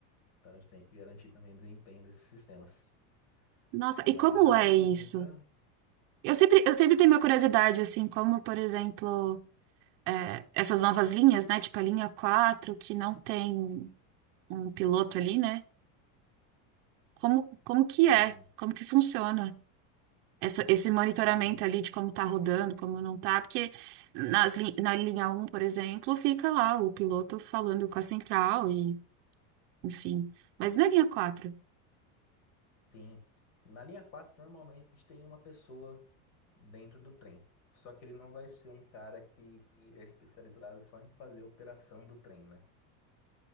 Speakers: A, on the left (about 90°); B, on the right (about 30°).
A: Então a gente tem que garantir também o desempenho desses sistemas.
B: Nossa,
A: Mas
B: e como
A: eu já fiz
B: é isso?
A: muita,
B: Eu sempre, eu sempre tenho minha curiosidade, assim, como, por exemplo, é, essas novas linhas, né? Tipo a linha 4 que não tem um piloto ali, né? Como, como que
A: sim,
B: é? Como que funciona? Essa, esse monitoramento
A: sim,
B: ali de como tá rodando, como não tá, porque nas, lin- na linha um por exemplo, fica lá o piloto falando com a central e, enfim. Mas na linha quatro
A: Sim. Na linha 4 normalmente tem uma pessoa dentro do trem. Só que ele não vai ser um cara que é especializado só em fazer operação do trem, né?